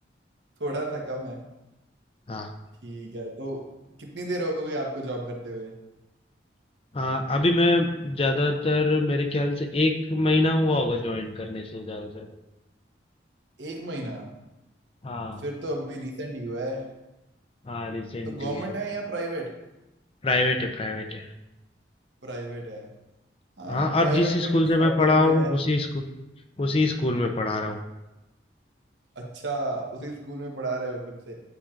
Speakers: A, on the right (about 75°); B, on the left (about 30°).
A: थोड़ा सा कम है
B: हाँ
A: ठीक है तो कितनी देर हो गई आपको जॉब करते हुए
B: हाँ अभी मैं ज़्यादातर मेरे ख्याल से एक महीना हुआ होगा ज्वाइन करने से ज़्यादा से ज़्यादा
A: एक महीना
B: हाँ
A: फिर तो अभी रिसेंट ही हुआ है
B: हाँ रिसेंटली
A: तो गवर्नमेंट
B: है
A: है या प्राइवेट
B: प्राइवेट है प्राइवेट है
A: प्राइवेट है हाँ
B: हाँ
A: प्राइवेट
B: और जिस स्कूल
A: में कुछ
B: से मैं
A: फायदे
B: पढ़ा
A: भी
B: हूँ
A: है
B: उसी स्कूल उसी स्कूल में पढ़ा रहा हूँ
A: अच्छा उसी स्कूल में पढ़ा रहे हो फिर से